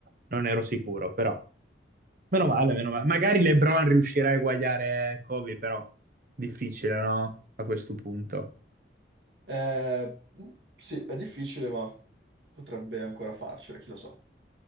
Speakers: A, on the right; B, on the right.
A: non ero sicuro, però. Meno male, meno male. Magari LeBron riuscirà a eguagliare Kobe, però difficile, no? A questo punto.
B: Eh, sì, è difficile, ma potrebbe ancora farcela, chi lo sa.